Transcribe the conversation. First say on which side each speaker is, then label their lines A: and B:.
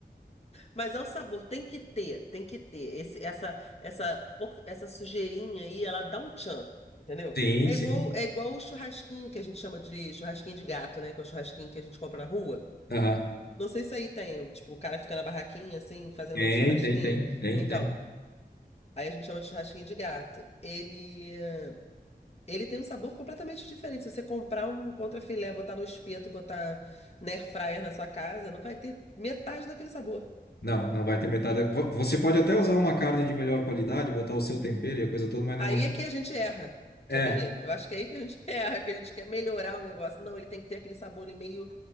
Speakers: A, on the left (about 35°); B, on the left (about 65°).
A: Mas ao sabor, tem que ter, tem que ter. Esse, essa, essa, por- essa sujeirinha aí, ela dá um tchan, entendeu?
B: Sim,
A: É
B: sim.
A: igual, é igual o churrasquinho que a gente chama de churrasquinho de gato, né? Que é o churrasquinho que a gente compra na rua.
B: Aham.
A: Não sei se aí tem, tipo, o cara fica na barraquinha, assim, fazendo
B: Tem,
A: um churrasquinho.
B: tem, tem, tem,
A: Então,
B: tem.
A: aí a gente chama de churrasquinho de gato. Ele, ele tem um sabor completamente diferente. Se você comprar um contrafilé, botar no espeto, botar na air fryer na sua casa, não vai ter metade daquele sabor.
B: Não, não vai ter metade. Vo- Você pode até usar uma carne de melhor qualidade, botar o seu tempero e a coisa toda, mas
A: Aí
B: não é.
A: é que a gente erra,
B: É,
A: sabia? Eu acho que é aí que a gente <laughs> erra, que a gente quer melhorar o negócio. Não, ele tem que ter aquele sabor ali meio,